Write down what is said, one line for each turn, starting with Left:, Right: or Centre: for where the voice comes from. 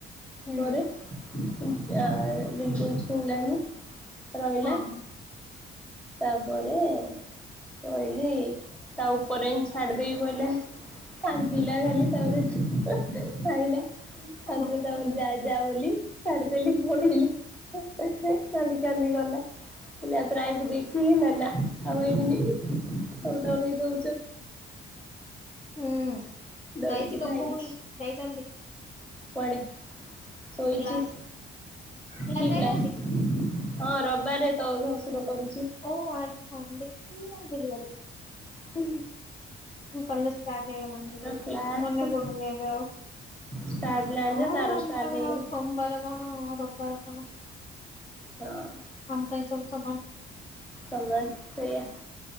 Left: ହୁଁ
Centre: ପରେ ବିଲକୁଲ ଛୁଇଁଲାନି ରହିଲା।
Left: ହଁ ହଁ
Centre: ତାପରେ କହିଲି ତାଉ ପରେ ଛାଡିଦବି ବୋଇଲା କାନ୍ଦିଲା ଖାଲି ତାପରେ ଧାଇଁଲା।
Left: ହୁଁ
Centre: ଆଦରୁ <inaudible> ଯା ଯା ବୋଲି ଛାଡିଦେଲି ପଳେଇଲା କାନ୍ଦି କାନ୍ଦି ଗଲା। ମୁଁ କଇଲି ଆଉଥରେ ଆଇବୁ ଦେଖି ନା ଆଉ ଆଇବିନି। ତାକୁ ଡରେଇଦଉଛ।
Left: ହୁଁ
Centre: ଡରିକି
Left: ଯାଇଛି
Centre: ଧାଇଁଛି
Left: ତୋ ଭଉଣୀ ଯାଇଛନ୍ତି।
Centre: କୁଆଡେ ସୋଇଛି
Left: କ୍ଲାସ କ୍ଲାସ
Centre: କିକ୍ଲାସ୍।
Left: ଯାଇନାହାନ୍ତି କି
Centre: ହଁ ରବାର୍ ରେ ତ ଶଶୁର କରୁଛି।
Left: ଓ ଆଜି ସନ୍ ଡେ କି ମୁଁ ଭୁଲି ଗଲି।
Centre: ହୁଁ।
Left: ଉଁ କଲେଜ୍ ଷ୍ଟାଟ୍ ହେଇଗଲାଣି
Centre: କ୍ଲାସ
Left: ମନେ ପଡୁନି ଏବେ ଆଉ।
Centre: ଷ୍ଟାର୍ଟ ହେଲାଣି
Left: କଣ
Centre: ଯେ ତାର
Left: ଆମ୍
Centre: ଷ୍ଟାର୍ଟ ହେଇନି।
Left: ଆଉ ସୋମବାର କଣ ରବିବାର କଣ?
Centre: ହଁ ଅଁ।
Left: ଆମ ପାଇଁ ସବୁ ସମାନ।
Centre: ସମାନ ସେଇଆ